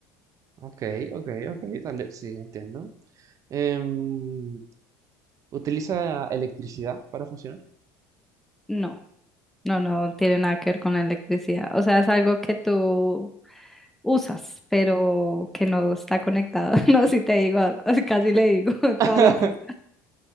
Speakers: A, on the right; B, in the centre.
A: Ok, ok, ok, dale, sí, entiendo. Em, ¿utiliza electricidad para funcionar?
B: No, no, no tiene nada que ver con la electricidad. O sea, es algo que tú usas, pero que no está conectado. <laughs> No, si te digo, <laughs> casi le digo <laughs>
A: <laughs>
B: toda la pista.